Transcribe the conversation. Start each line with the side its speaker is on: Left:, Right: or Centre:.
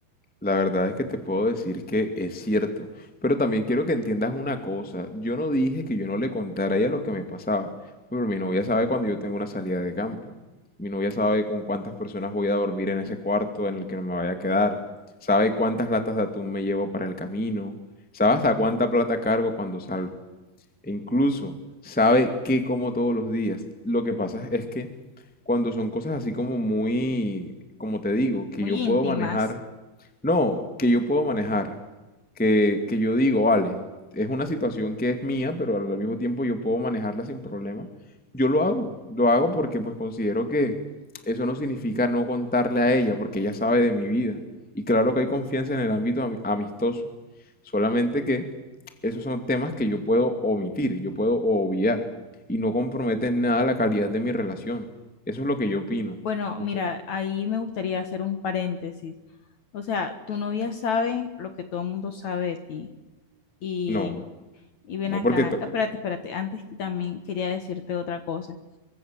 Centre: La verdad es que te puedo decir que es cierto, pero también quiero que entiendas una cosa. Yo no dije que yo no le contara a ella lo que me pasaba, pero mi novia sabe cuando yo tengo una salida de campo. Mi novia sabe con cuántas personas voy a dormir en ese cuarto en el que no me vaya a quedar. Sabe cuántas latas de atún me llevo para el camino. Sabe hasta cuánta plata cargo cuando salgo. E incluso sabe qué como todos los días. Lo que pasa es que cuando son cosas así como muy, como te digo, que
Left: muy
Centre: yo puedo
Left: íntimas.
Centre: manejar, no, que yo puedo manejar, que, que yo digo, vale, es una situación que es mía, pero al mismo tiempo yo puedo manejarla sin problema, yo lo hago, lo hago porque pues considero que eso no significa no contarle a ella, porque ella sabe de mi vida. Y claro que hay confianza en el ámbito ami- amistoso, solamente que esos son temas que yo puedo omitir, yo puedo obviar y no comprometen en nada la calidad de mi relación. Eso es lo que yo opino.
Left: Bueno,
Centre: No
Left: mira,
Centre: sé.
Left: ahí me gustaría hacer un paréntesis. O sea, tu novia sabe lo que todo el mundo sabe de ti. Y,
Centre: No,
Left: y ven
Centre: no
Left: acá,
Centre: porque... to-
Left: espérate, espérate, antes que también quería decirte otra cosa.